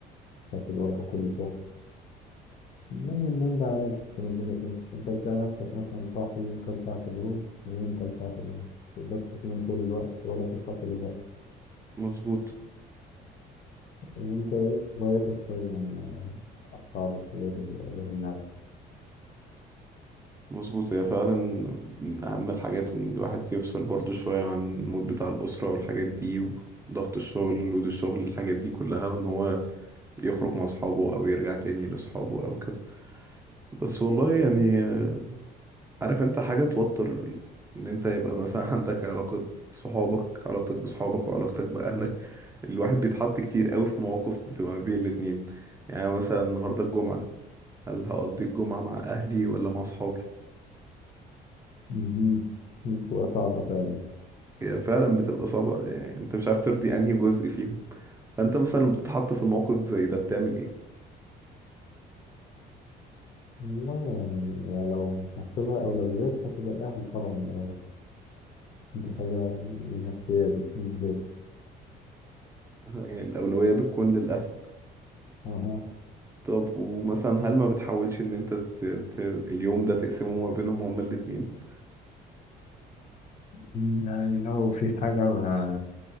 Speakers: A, on the left (about 45°); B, on the right (about 15°).
A: لكن وقتك كله شغل المهم من ده على ده من الدنيا تمشي انت بتلاقي نفسك مثلا صاحي كام ساعة في اليوم ونايم كام ساعة في اليوم متقدرش تنام طول الوقت ولا تصحى طول الوقت
B: مظبوط
A: يعني انت ايه هواياتك فعلا يعني اصحابك غير غير الناس
B: مظبوط هي فعلا من أهم الحاجات إن الواحد يفصل برضو شوية عن المود بتاع الأسرة والحاجات دي وضغط الشغل ولود الشغل الحاجات دي كلها وإن هو يخرج مع أصحابه أو يرجع تاني لأصحابه أو كده بس والله يعني آه، عارف أنت حاجة توتر إن أنت يبقى مثلا <laughs> عندك علاقة صحابك علاقتك بصحابك وعلاقتك بأهلك الواحد بيتحط كتير قوي في مواقف بتبقى ما بين الاتنين يعني مثلا النهاردة الجمعة هل هقضي الجمعة مع أهلي ولا مع صحابي
A: مهم. بتبقى صعبة فعلا
B: هي فعلا بتبقى صعبة يعني انت مش عارف ترضي انهي جزء فيهم فانت مثلا لما بتتحط في الموقف زي ده بتعمل ايه
A: والله يعني, يعني لو هحسبها أولويات هتبقى الأهل طبعا الأول دي حاجة من اختياري كبير
B: <laughs> يعني الاولوية بتكون للاهل
A: أها
B: طب ومثلا هل ما بتحاولش ان انت ت... ت... اليوم ده تقسمه ما بينهم هما الاتنين
A: يعني لو في حاجة مع